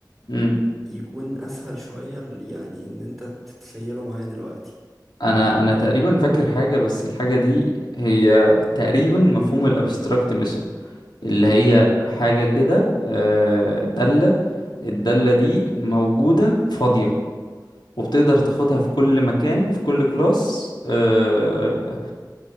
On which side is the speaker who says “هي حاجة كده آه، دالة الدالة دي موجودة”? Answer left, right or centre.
Left